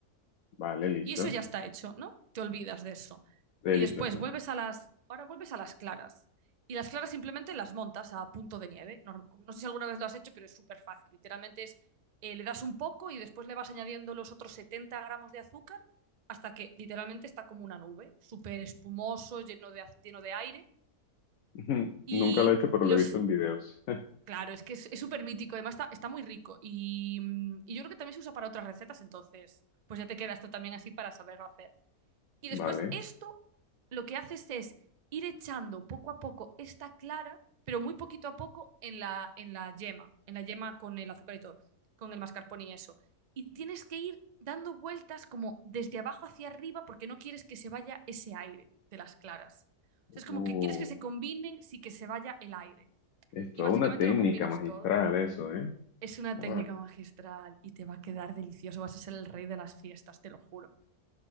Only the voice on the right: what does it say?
Y eso ya está hecho, ¿no? Te olvidas de eso.
Y después vuelves a las, ahora vuelves a las claras. Y las claras simplemente las montas a punto de nieve. No, no sé si alguna vez lo has hecho, pero es súper fácil. Literalmente es, eh, le das un poco y después le vas añadiendo los otros 70 gramos de azúcar hasta que literalmente está como una nube, súper espumoso, lleno de, az- lleno de aire.
Y
los,
Claro, es que es súper mítico, además está, está muy rico y, mm, y yo creo que también se usa para otras recetas, entonces pues ya te queda esto también así para saberlo hacer. Y después
esto lo que haces es ir echando poco a poco esta clara, pero muy poquito a poco en la, en la yema, en la yema con el azúcar y todo, con el mascarpone y eso. Y tienes que ir dando vueltas como desde abajo hacia arriba porque no quieres que se vaya ese aire de las claras. O sea, es como
que quieres que se combinen sin que se vaya el aire.
Y básicamente
lo combinas
todo.
Es una
técnica magistral y te va a quedar delicioso. Vas a ser el rey de las fiestas, te lo juro.